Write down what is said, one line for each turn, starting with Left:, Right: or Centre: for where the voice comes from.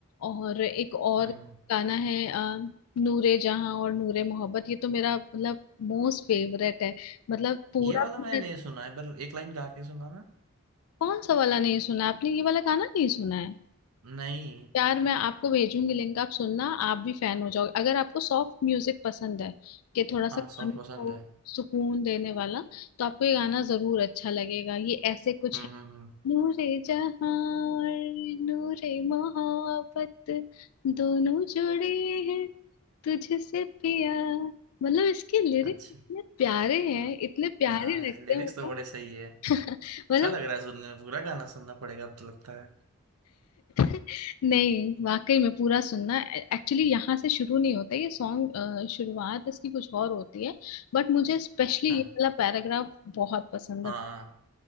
Left: और एक और
Right: हम्म
Left: गाना है अ, नूरे जहां और नूरे मोहब्बत ये तो मेरा मतलब मोस्ट फेवरेट है मतलब पूरा
Right: ये वाला
Left: पूरा
Right: मैंने नहीं सुना है पर एक लाइन गा के सुना ना
Left: कौन सा वाला नहीं सुना आपने ये वाला गाना नहीं सुना है
Right: नहीं
Left: यार मैं आपको भेजूंगी लिंक आप सुनना आप भी फैन हो जाओगे अगर आपको सॉफ्ट म्यूजिक पसंद है कि थोड़ा
Right: हाँ
Left: सा कान
Right: सॉफ्ट पसंद
Left: को
Right: है
Left: सुकून देने वाला तो आपको ये गाना जरूर अच्छा लगेगा ये ऐसे कुछ
Right: हम्म हम्म हम्म,
Left: नूरे जहां और नूरे मोहब्बत दोनों जुड़े हैं तुझसे पिया मतलब इसके लिरिक्स
Right: अच्छा
Left: इतने प्यारे हैं इतने प्यारे
Right: हाँ
Left: लगते
Right: लिरिक्स
Left: हैं मतलब
Right: तो बड़े सही है
Left: <laughs>
Right: अच्छा
Left: मतलब
Right: लग रहा है सुनने में पूरा गाना सुनना पड़ेगा अब तो लगता है
Left: <laughs> नहीं वाकई में पूरा सुनना एक्चुअली यहाँ से शुरू नहीं होता ये सॉन्ग शुरुआत इसकी कुछ और होती है बट मुझे स्पेशली
Right: अच्छा
Left: ये वाला पैराग्राफ बहुत पसंद
Right: हाँ
Left: है